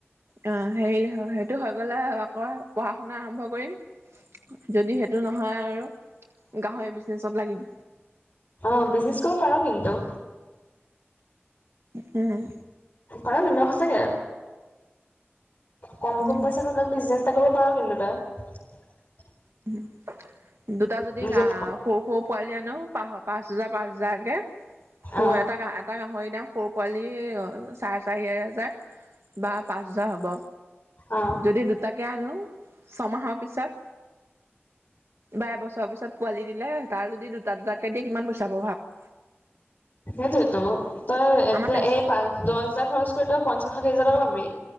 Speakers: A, on the right (about 75°); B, on the left (about 55°).
A: অ <unintelligible> সেইটো হৈ গ'লে আকৌ পঢ়া-শুনা আৰম্ভ কৰিম। যদি সেইটো নহয় আৰু গাহৰি বিজনেচত লাগিম।
B: অ বিজনেছ কৰিব পাৰো কিন্তু।
A: উম।
B: পাৰ কিন্তু সঁচাকে কম
A: উম
B: কম পইচাত হলেও বিজনেছ কৰিব পাৰো কিন্তু তই।
A: <unintelligible> দুটা যদি
B: নিজৰ
A: সৰু সৰু পোৱালি আনো, পাঁচ হেজাৰ পাঁচ হেজাৰকে সৌ
B: অ
A: এটা গা এটা গাহৰি দাম সৰু পোৱালি চাৰে চাৰি হেজাৰ বা পাঁচ হেজাৰ হ'ব।
B: অ
A: যদি দুটাকে আনো ছমাহৰ পিছত বা এবছৰৰ পিছত পোৱালি দিলে, তাৰ যদি দুটা দুটাকে দিয়ে কিমান পইচা হ'ব ভাৱ।
B: সেইটোয়েতো তই এতিয়া
A: তেজ
B: এই পাঁচ দহ হাজাৰ খৰচ কৰি তই পঞ্চাশ ষাঠি হাজাৰ টকা পাবি।